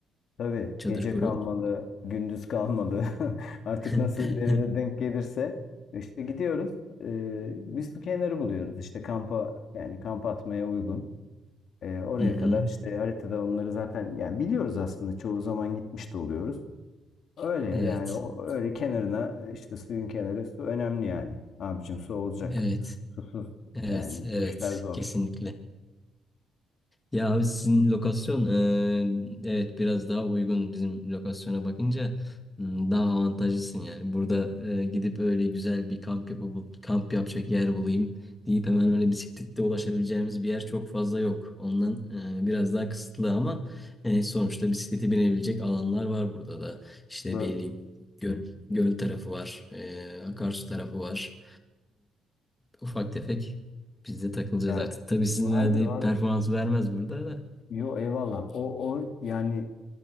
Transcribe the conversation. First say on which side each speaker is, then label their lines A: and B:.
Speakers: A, on the left; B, on the left.
A: Tabii
B: çadır
A: gece
B: kuruyor
A: kalmalı,
B: musun?
A: gündüz kalmalı. <laughs> Artık
B: <laughs>
A: nasıl nerede denk gelirse işte gidiyoruz. Ee, bir su kenarı buluyoruz. İşte kampa yani kamp atmaya uygun. Ee, oraya
B: Hı hı.
A: kadar işte haritada onları zaten yani biliyoruz aslında çoğu zaman gitmiş de oluyoruz. Öyle yani
B: Evet,
A: o öyle kenarına işte suyun kenarı su önemli yani. Abicim su olacak.
B: evet,
A: Susuz
B: evet,
A: yani
B: evet,
A: bu işler zor.
B: kesinlikle. Ya abi sizin lokasyon, e, evet biraz daha uygun bizim lokasyona bakınca Hmm, daha avantajlısın yani. Burada e, gidip öyle güzel bir kamp yapıp kamp yapacak yer bulayım deyip hemen öyle bisikletle ulaşabileceğimiz bir yer çok fazla yok. Ondan e, biraz daha kısıtlı ama e, sonuçta bisiklete binebilecek alanlar var burada da. İşte
A: Bu
B: belli göl,
A: Hı.
B: göl tarafı var, e, akarsu tarafı var. Ufak tefek biz de takılacağız
A: yani
B: artık. Tabii sizin
A: vardır
B: verdiği
A: vardır.
B: performansı vermez burada da.
A: Yo eyvallah. O o yani